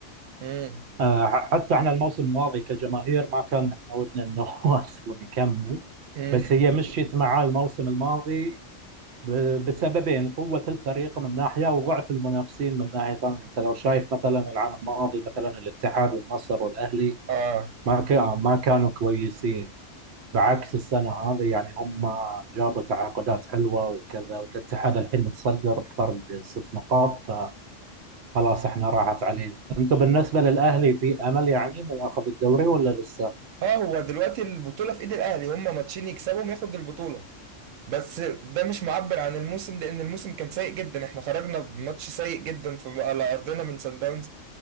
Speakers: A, on the right; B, on the right.
A: امم
B: آه ح- حتى احنا الموسم الماضي كجماهير ما كان احنا ودنا انه <laughs> هو اصلا يكمل
A: امم
B: بس هي
A: <laughs>
B: مشيت معاه الموسم الماضي ب... بسببين قوه الفريق من ناحيه وضعف المنافسين من ناحيه ثانيه انت لو شايف مثلا العام الماضي مثلا الاتحاد والنصر والاهلي
A: اه
B: ما كان ما كانوا كويسين بعكس السنة هذه يعني هم جابوا تعاقدات حلوة وكذا والاتحاد الحين متصدر بفرق ست نقاط فخلاص احنا راحت علينا انتم بالنسبة للأهلي في أمل يعني انه ياخذ الدوري ولا لسه؟
A: اه هو دلوقتي البطولة في ايد الاهلي هم ماتشين يكسبهم ياخد البطولة بس ده مش معبر عن الموسم لان الموسم كان سيء جدا احنا خرجنا بماتش سيء جدا في على ارضنا من سان داونز